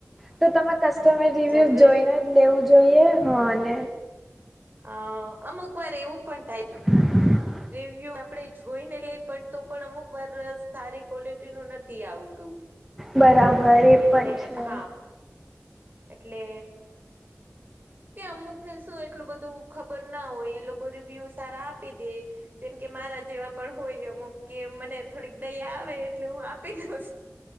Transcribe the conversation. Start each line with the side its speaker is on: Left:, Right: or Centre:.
Centre: તો તમે કસ્ટમર રિવ્યુ
Right: જનરલ
Centre: જોઈને જ લેવું જોઈએ હાને
Right: હ અમુક વાર એવું પણ થાય
Centre: <unintelligible>
Right: રિવ્યુ આપડે જોઈને લઈ પણ તો પણ અમુક વાર સારી ક્વલિટી નું નથી આવતું
Centre: બરાબર એ
Right: એટલે
Centre: પણ છે
Right: હા એટલે કે અમુક શું એટલું બધું ખબર ના હોય એ લોકો રિવ્યુ સારા આપી દે જેમ કે મારા જેવા પણ હોય અમુક કે મને થોડીક દયા આવે એટલે હું આપી લઉ